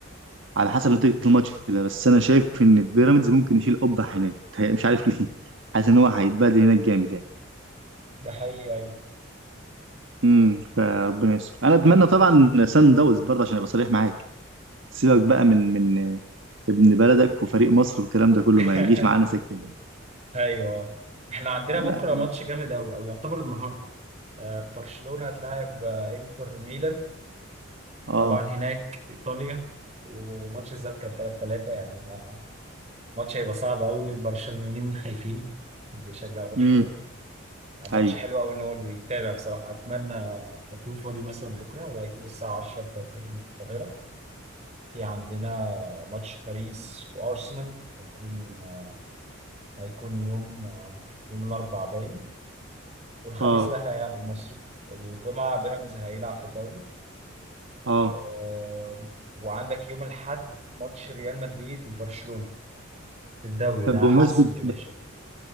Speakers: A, on the right; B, on the right.
A: على حسب نتيجة الماتش ده بس أنا شايف إن بيراميدز ممكن يشيل قبة هناك مش عارف ليه <laughs> حاسس إن هو هيتبهدل هناك جامد يعني
B: ده حقيقي أيوة
A: امم فربنا يستر أنا أتمنى طبعا سان داونز برضه عشان أبقى صريح معاك سيبك بقى من من ابن بلدك وفريق مصر والكلام ده كله
B: <laughs>
A: ما يجيش معانا سكة
B: ايوه احنا عندنا
A: لا
B: بكره ماتش جامد قوي او يعتبر النهارده آه، برشلونه هتلاعب آه، انتر ميلان
A: اه
B: طبعا هناك في ايطاليا وماتش الذهاب كان 3 3 يعني ما- ماتش هيبقى صعب قوي البرشلونيين خايفين بيشجعوا برشلونه
A: امم
B: آه، ماتش
A: ايوه
B: حلو قوي ان هو اللي يتابع بصراحه اتمنى اكون فاضي مثلا بكره وهيكون الساعه 10 بتوقيت القاهره في عندنا ماتش باريس وارسنال هيكون آه، هيكون يوم آه، يوم الاربعاء باين والخميس
A: اه
B: الأهلي هيلعب المصري الجمعة بيراميدز هيلعب في الدوري
A: اه
B: آه، وعندك يوم الأحد ماتش ريال مدريد وبرشلونة في الدوري ده
A: طب بمناسبة
B: حسم يا باشا